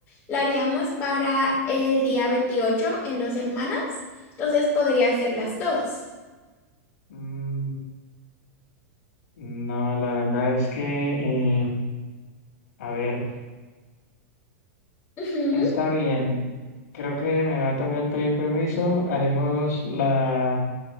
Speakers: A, on the left; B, on the left.
A: La haríamos para el día 28 en dos semanas. Entonces podría hacer las dos.
B: Mm, no, la verdad es que, eh, a ver,
A: Ujú.
B: está bien. Creo que me va a tocar pedir permiso. Haremos la